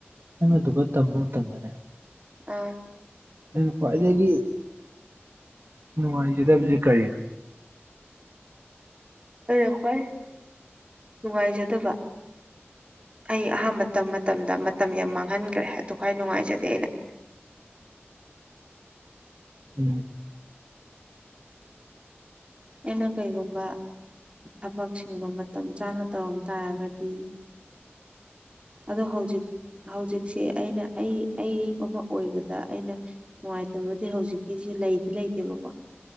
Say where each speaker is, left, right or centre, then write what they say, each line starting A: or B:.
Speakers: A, on the right; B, on the right.
A: ꯅꯪ ꯑꯗꯨꯗꯨꯒ ꯇꯝ ꯇꯗꯅꯦ
B: ꯑꯥ
A: ꯑꯩꯅ ꯈ꯭ꯋꯥꯏꯗꯒꯤ ꯅꯨꯡꯉꯥꯏꯖꯗꯕꯁꯦ ꯀꯔꯤꯅꯣ
B: ꯑꯩꯅ ꯈ꯭ꯋꯥꯏ ꯅꯨꯡꯉꯥꯏꯖꯗꯕ ꯑꯩ ꯑꯍꯥꯟꯕ ꯃꯇꯝ ꯃꯇꯝꯗ ꯃꯇꯝ ꯌꯥꯝ ꯃꯥꯡꯍꯟꯈ꯭ꯔꯦ ꯑꯗꯨ ꯈ꯭ꯋꯥꯏ ꯅꯨꯡꯉꯥꯏꯖꯗꯦ ꯑꯩꯅ
A: ꯎꯝ
B: ꯑꯦꯟꯅ ꯀꯩꯒꯨꯝꯕ ꯊꯕꯛꯁꯤꯡꯗꯣ ꯃꯇꯝ ꯆꯥꯅ ꯇꯧꯔꯝ ꯇꯥꯔꯒꯗꯤ ꯑꯗꯣ ꯍꯧꯖꯤꯛ ꯍꯧꯖꯤꯛꯁꯦ ꯑꯩꯅ ꯑꯩ ꯑꯩ ꯑꯃ ꯑꯣꯏꯕꯗ ꯑꯩꯅ ꯅꯨꯡꯉꯥꯏꯇꯕꯗꯤ ꯍꯧꯖꯤꯛꯀꯤꯁꯤ ꯂꯩꯗꯤ ꯂꯩꯇꯦꯕꯀꯣ